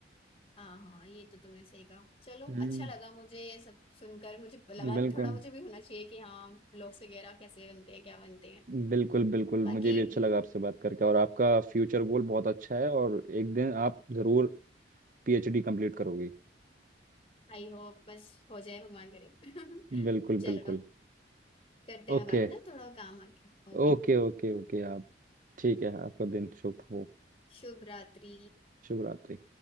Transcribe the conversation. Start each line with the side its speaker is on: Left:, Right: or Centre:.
Left: हाँ हाँ ये तो तुमने सही कहा चलो
Right: हम्म
Left: अच्छा लगा मुझे ये सब सुनकर मुझे लगा
Right: बिल्कुल
Left: कि थोड़ा मुझे भी होना चाहिए कि हाँ ब्लॉग्स वगैरह कैसे बनते हैं क्या बनते हैं
Right: बिल्कुल बिल्कुल
Left: बाकी
Right: मुझे भी अच्छा लगा आपसे बात करके और आपका फ्यूचर गोल बहुत अच्छा है और एक दिन आप जरूर पीएचडी कंप्लीट करोगी
Left: आई होप बस हो जाए भगवान करे <laughs>
Right: बिल्कुल
Left: चलो
Right: बिल्कुल
Left: करते हैं
Right: ओके
Left: बात ना थोड़ा काम आ गया ओके
Right: ओके ओके ओके आप ठीक है आपका दिन शुभ हो
Left: शुभ रात्रि
Right: शुभ रात्रि